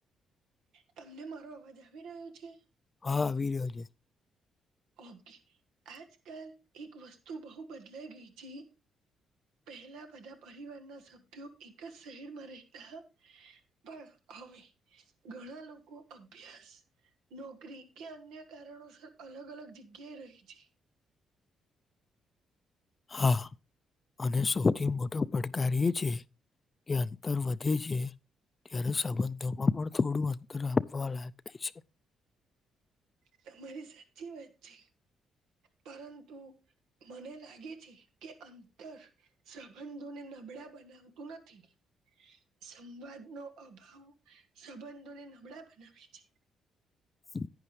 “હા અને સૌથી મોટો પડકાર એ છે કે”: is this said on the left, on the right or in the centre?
Left